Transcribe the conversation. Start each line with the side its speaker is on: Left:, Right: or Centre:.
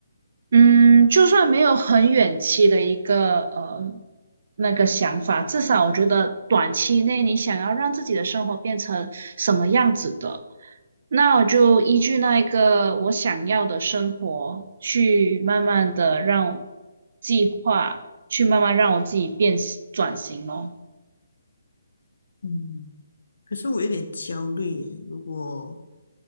Right: 嗯，就算没有很远期的一个呃那个想法，至少我觉得短期内你想要让自己的生活变成什么样子的，那我就依据那一个我想要的生活去慢慢的让计划，去慢慢让我自己变转型咯。
Left: 嗯。可是我有点焦虑耶，如果